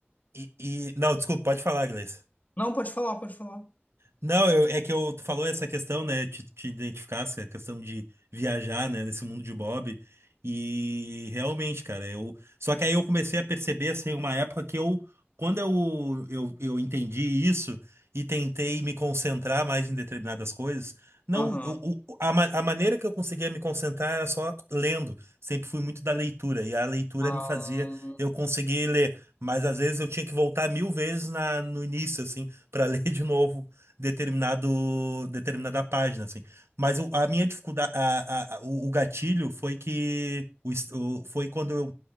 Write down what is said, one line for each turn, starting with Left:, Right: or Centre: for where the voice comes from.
Right: e, e- Não, desculpa, pode falar, Gleice.
Left: não, pode falar, pode falar.
Right: Não, eu- é que eu, tu falou essa questão, né? Te, te identificasse, a questão de viajar, né? Nesse mundo de Bob. E realmente, cara, eu. Só que aí eu comecei a perceber, assim, uma época que eu. Quando eu, eu, eu entendi isso e tentei me concentrar mais em determinadas coisas, não,
Left: Aham.
Right: o- o- a, ma- a maneira que eu conseguia me concentrar era só lendo. Sempre fui muito da leitura, e a leitura
Left: Ah,
Right: me fazia eu conseguir ler. Mas às vezes eu tinha que voltar mil vezes na, no início, assim, para <laughs> ler de novo determinado determinada página assim mas o- a minha dificuldade a, a- a- o, o gatilho foi que o, es- o- foi quando eu,